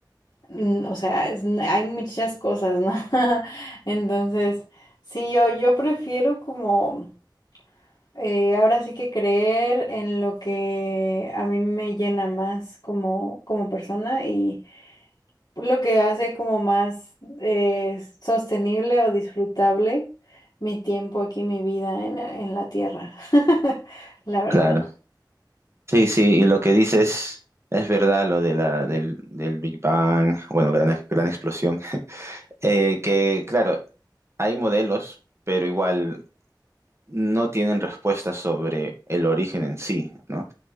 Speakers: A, on the left (about 60°); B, on the right (about 35°).
A: mm, o sea, es- hay muchas cosas, ¿no? <laughs> Entonces... Sí, yo, yo prefiero como eh, ahora sí que creer en lo que a mí me llena más como, como persona y lo que hace como más eh, sostenible o disfrutable mi tiempo aquí, mi vida en, la- en la tierra, <laughs> la verdad.
B: Claro. Sí, sí, y lo que dices es verdad, lo de la, del, del Big Bang, bueno, gran, gran explosión, Eh, que claro, hay modelos, pero igual no tienen respuestas sobre el origen en sí, ¿no?